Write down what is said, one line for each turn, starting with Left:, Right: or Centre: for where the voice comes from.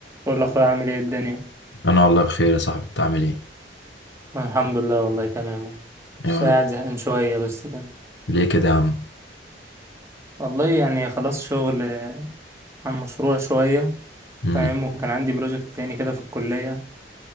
Right: بقول لأخويا عامل ايه الدنيا؟
Left: انا والله بخير يا صاحبي انت عامل ايه
Right: الحمد لله والله تمام اهو. بس
Left: يا
Right: قاعد
Left: رب
Right: زهقان شوية بس كده
Left: ليه كده يا عم
Right: والله يعني خلاص شغل آه، عن مشروع شوية
Left: مم.
Right: تمام وكان عندي بروجكت تاني كده في الكلية